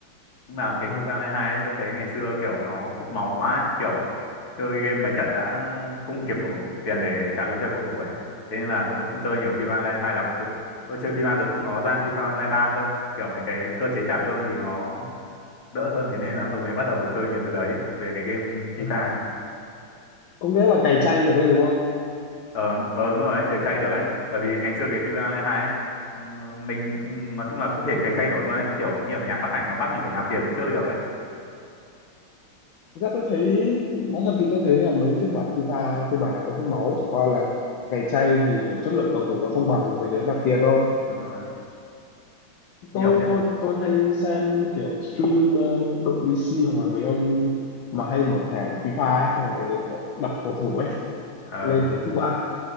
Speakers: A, on the left (about 45°); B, on the left (about 70°).
A: Nhưng mà cái
B: à,
A: FIFA Online 2 ấy, tôi thấy ngày xưa kiểu nó hút máu quá ấy. Kiểu chơi game mấy trận đã không kiếm đủ tiền để trả lương cho cầu thủ ấy. Thế nên là tôi cũng không chơi nhiều FIFA Online 2 lắm. Tự, tôi chơi FIFA từ lúc nó ra FIFA Online 3 cơ. Kiểu mấy cái cơ chế trả lương thì nó đỡ hơn. Thế nên là tôi mới bắt đầu chơi nhiều từ đấy về cái game FIFA.
B: à. có nghĩa là cày chay được đấy đúng không
A: Ờ, ờ đúng rồi, ấy, cày chay được ấy. Bởi vì ngày xưa cái FIFA Online 2 ấy, ừm, mình ừm, nói chung là không thể cày chay nổi luôn ấy. Kiểu nhiều nhà phát hành nó bắt mình phải nạp tiền mới chơi được ấy.
B: Thực ra tôi thấy nói thật thì tôi thấy là mấy phiên bản FIFA phiên bản nào cũng hút máu chẳng qua là cày chay thì kiểu chất lượng cầu thủ nó không bằng mấy đứa nạp tiền thôi
A: Đúng rồi, nhiều
B: tôi
A: phiện.
B: tôi tôi hay xem kiểu stream ờ, đội VC hoặc là mấy ông mà hay mở thẻ của FIFA ấy, xong rồi đặt cầu thủ ấy
A: Ờ
B: lên thấy thích vãi